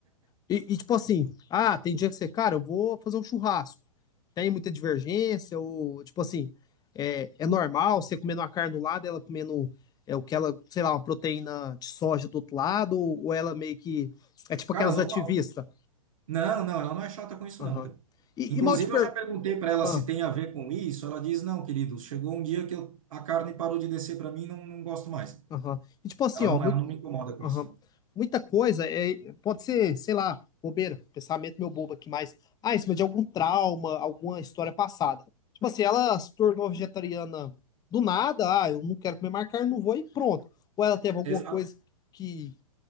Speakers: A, on the left (about 20°); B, on the right (about 65°).
A: E, e, tipo assim, ah, tem dia que você, cara, eu vou fazer um churrasco. Tem muita divergência, ou tipo assim, é, é normal você comendo uma carne do lado, ela comendo é, o que ela, sei lá, uma proteína de soja do outro lado, ou, ou ela meio que. É tipo
B: Cara,
A: aquelas
B: normal.
A: ativistas.
B: Não, não, ela não é chata com isso,
A: Aham.
B: não, cara.
A: E,
B: Inclusive,
A: e mal te per...
B: eu já perguntei para ela
A: ah,
B: se tem a ver com isso. Ela diz: não, querido, chegou um dia que eu, a carne parou de descer para mim, não, não gosto mais.
A: aham. E tipo assim,
B: Ela
A: ó,
B: não,
A: mui-
B: ela não me incomoda com
A: Aham.
B: isso, não.
A: Muita coisa é, pode ser, sei lá, bobeira, pensamento meu bobo aqui, mas ah, em cima de algum trauma, alguma história passada. Tipo assim, ela se tornou vegetariana do nada, ah, eu não quero comer mais carne, não vou e pronto. Ou ela teve alguma
B: Exato.
A: coisa que,